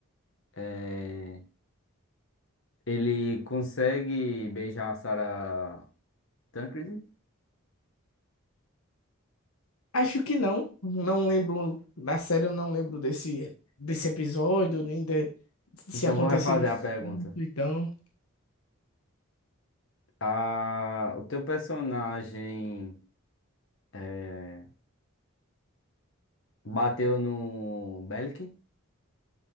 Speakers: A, on the left (about 60°); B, on the left (about 80°).
A: é, ele consegue beijar a Sarah Tancredi?
B: Acho que não. Não lembro. Na série eu não lembro desse, desse episódio, nem de, se
A: Então
B: aconteceu
A: vou refazer
B: de fato,
A: a pergunta.
B: então.
A: A, o teu personagem é, bateu no Belkin?